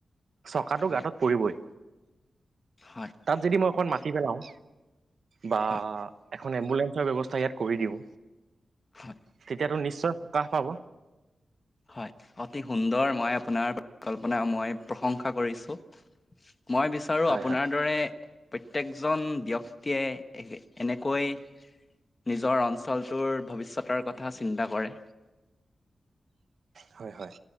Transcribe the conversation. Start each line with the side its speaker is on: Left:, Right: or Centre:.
Right: চকাটো
Left: হয়
Right: গাঁত পৰিবই।
Left: হয়
Right: তাত যদি মই অকণ মাতি পেলাওঁ, বা
Left: হয়
Right: এখন এখন এম্বুলেন্ঞ্চৰ ব্যৱস্থা ইয়াত কৰি দিওঁ
Left: হয়
Right: তেতিয়াতো নিশ্চয় সকাহ পাব।
Left: হয় অতি সুন্দৰ মই আপোনাৰ পৰিকল্পনা মই প্ৰশংসা কৰিছোঁ। মই বিচাৰোঁ
Right: হয়
Left: আপোনাৰ
Right: হয়
Left: দৰে প্ৰত্যেকজন ব্যক্তিয়ে এনেকৈ নিজৰ অঞ্চলটোৰ ভৱিষ্যতৰ কথা চিন্তা কৰে।
Right: হয় হয়।